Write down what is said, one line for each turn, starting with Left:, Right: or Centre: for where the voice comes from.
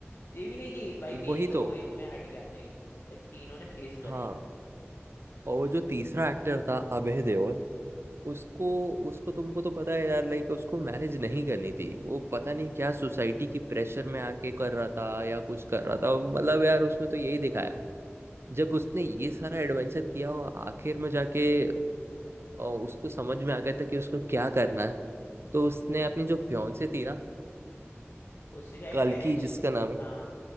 Left: ये भी नहीं कि भाई मेरी
Right: वही
Left: तो
Right: तो
Left: हो गई मैं हट गया नहीं भाई तीनों ने फेस
Right: हाँ
Left: करी
Right: और वो जो तीसरा एक्टर था अभय देओल उसको उसको तुमको तो पता है यार लाइक उसको मैरिज नहीं करनी थी वो पता नहीं क्या सोसाइटी की प्रेशर में आके कर रहा था या कुछ कर रहा था मतलब यार उसमें तो यही दिखाया जब उसने ये सारा एडवेंचर किया और आखिर में जाके अ, उसको समझ में आ गया था कि उसको क्या करना है तो उसने अपनी जो फ्योंसे थी ना
Left: उससे शायद
Right: कल्कि
Left: मैरिज
Right: जिसका नाम है
Left: हाँ